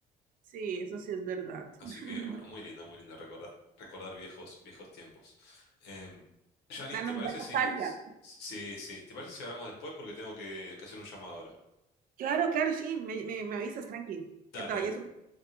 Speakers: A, on the right; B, on the left.
A: Sí, eso sí es verdad.
B: Así
A: <laughs>
B: que, bueno, muy lindo, muy lindo recordar, recordar viejos, viejos tiempos. Em, Johnny,
A: Da,
B: ¿te
A: no-
B: parece
A: da
B: si,
A: nostalgia.
B: sí, sí, ¿te parece si hablamos después? Porque tengo que, que hacer un llamado ahora.
A: Claro, claro, sí, me, me, me avisas, tranqui,
B: Dale,
A: que te vayas.
B: dale,
A: súper.